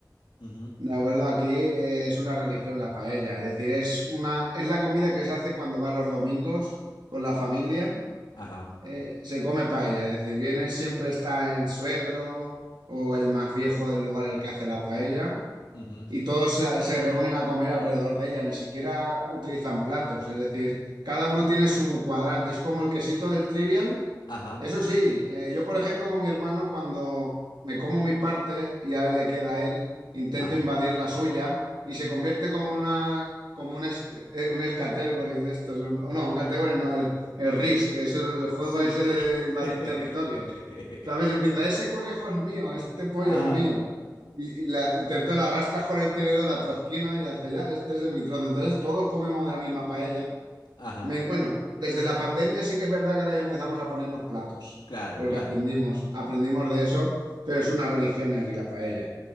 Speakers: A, on the left; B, on the right.
A: ujú,
B: De acuerdo, aquí eh, es una religión la paella. Es decir, es una, es la comida que se hace cuando va los domingos con la familia.
A: Ajá,
B: eh, se come paella. Es decir, viene, siempre está el suegro o el más viejo del lugar el que hace la paella.
A: ujú,
B: y todos se, se reúnen a comer alrededor de ella, ni siquiera utilizan platos, es decir, cada uno tiene su cuadrante, es como el quesito del trivial,
A: ajá,
B: eso sí, eh, yo por ejemplo con mi hermano cuando me como mi parte y a él le queda a él, intento
A: ajá.
B: invadir la suya y se convierte como una como un, es- eh, un escategory de estos, un- o no, un category no, el, el Risk, que es el, el juego
A: Sí,
B: ese
A: sí.
B: de invadir
A: <laughs>
B: territorios. ¿Sabes? Empieza, ese conejo es mío, este pollo
A: Ajá,
B: es mío. Y, y la, y te, te lo arrastras con el tenedor a tu esquina y hace ya, este es de mi trozo. Entonces todos comemos de la misma paella
A: ajá.
B: me- bueno, desde la pandemia sí que es verdad que ahora ya empezamos a ponernos platos,
A: Claro,
B: porque
A: claro.
B: aprendimos, aprendimos de eso, pero es una religión aquí la paella.